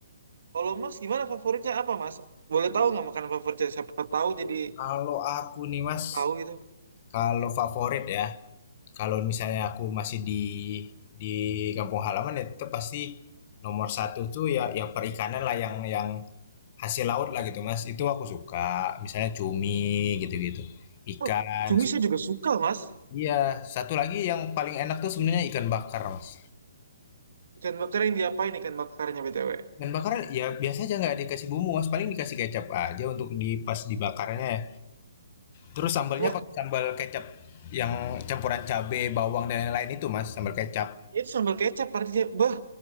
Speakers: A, on the right; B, on the left.
A: Kalau Mas gimana favoritnya apa Mas? Boleh tahu nggak makanan favoritnya? Siapa tahu jadi
B: kalau aku nih mas
A: tahu gitu.
B: kalau favorit ya kalau misalnya aku masih di di kampung halaman ya itu pasti nomor satu tuh ya ya perikanan lah yang yang hasil laut lah gitu mas itu aku suka misalnya cumi gitu-gitu
A: Wah,
B: ikan
A: cumi saya juga suka Mas.
B: iya satu lagi yang paling enak tuh sebenarnya ikan bakar mas
A: Ikan bakar yang diapain ikan bakarnya BTW?
B: ikan bakar ya biasa aja nggak dikasih bumbu mas paling dikasih kecap aja untuk di pas dibakarnya ya terus sambalnya
A: Wah,
B: pakai sambal kecap yang campuran cabe bawang dan lain-lain itu mas sambal kecap
A: itu sambal kecap artinya. Bah,